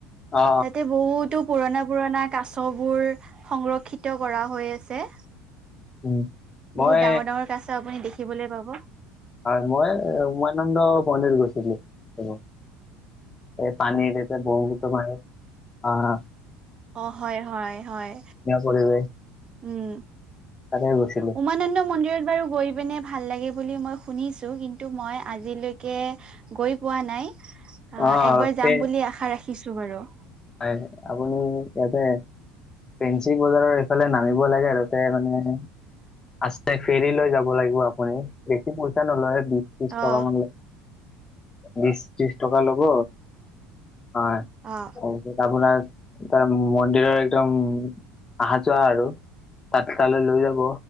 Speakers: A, on the left; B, on the right.
A: অ
B: তাতে বহুতো পুৰণা, পুৰণা কাছবোৰ সংৰক্ষিত কৰা হৈ আছে।
A: উম মই
B: বহুত ডাঙৰ, ডাঙৰ কাছ আপুনি দেখিবলৈ পাব।
A: হয়, মই এ উমানন্দ মন্দিৰ গৈছিলোঁ, অ' এই পানীৰ এতিয়া ব্ৰক্ষ্মপুত্ৰ পানীত হাঁ হাঁ।
B: অঁ হয়, হয়, হয়,
A: পৰিৱেশ
B: উম।
A: তাতে গৈছিলো।
B: উমানন্দ মন্দিৰত বাৰু গৈ পিনে ভাল লাগে বুলি মই শুনিছোঁ, কিন্তু মই আজিলৈকে গৈ পোৱা নাই। অ',
A: অ
B: একবাৰ
A: সেই
B: যাম বুলি আশা ৰাখিছোঁ বাৰু।
A: হয়, আপুনি ইয়াতে ফেঞ্চি বজাৰৰ সেফালে নামিব লাগে আৰু তে মানে, আচতে ফেৰী লৈ যাব লাগিব আপুনি বেছি পইচা নলয়, বিশ ত্ৰিশ টকামান
B: অ
A: লয়। বিচ ত্ৰিশ টকা ল'ব, হয়।
B: অঁ
A: তাপিছত আপোনাৰ, তাৰ মন্দিৰৰ একদম আহা যোৱা আৰু তাত তালৈ লৈ যাব।